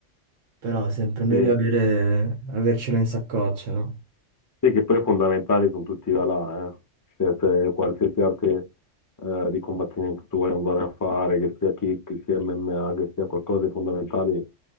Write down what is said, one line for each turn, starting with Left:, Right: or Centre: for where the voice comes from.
Right: però è sempre meglio
Left: Sì.
Right: avere, avercelo in saccoccia, no?
Left: Sì, che poi fondamentali sono tutti i là, eh. Cioè, se qualsiasi arte eh, di combattimento tu vuoi andare a fare, che sia kick, che sia MMA, che sia qualcosa di fondamentale,